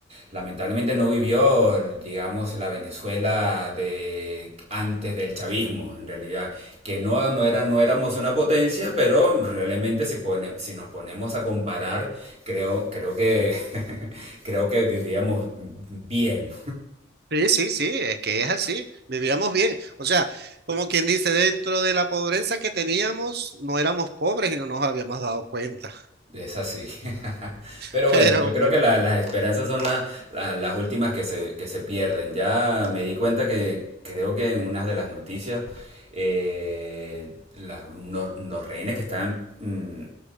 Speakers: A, on the right; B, on the right.
A: lamentablemente no vivió, digamos, la Venezuela de antes del chavismo, en realidad, que no, no era, no éramos una potencia, pero realmente si, pone- si nos ponemos a comparar, creo, creo que, <laughs> creo que vivíamos bien,
B: Sí, sí, sí, es que es así, vivíamos bien. O sea, como quien dice, dentro de la pobreza que teníamos, no éramos pobres y no nos habíamos dado cuenta.
A: Es así. <laughs>
B: <laughs>
A: Pero
B: Pero,
A: bueno, yo creo
B: bueno,
A: que la- las esperanzas son la- la- las últimas que se, que se pierden. Ya me di cuenta que creo que en una de las noticias, eh, la- unos- los rehenes que estaban mm,